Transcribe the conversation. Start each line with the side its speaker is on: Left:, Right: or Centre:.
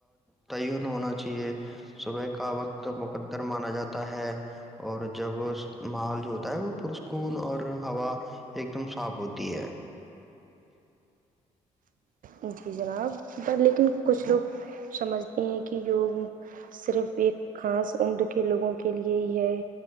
Centre: تعین ہونا چاہیے صبح کا وقت مقدر مانا جاتا ہے اور جب محول جو ہوتا ہے وہ پرسکون اور ہوا ایک دم صاف ہوتی ہے
Right: ان کی جناب پر لیکن کچھ لوگ سمجھتے ہیں کہ یوگ صرف ایک خاص عمر کے لوگوں کے لیے ہی ہے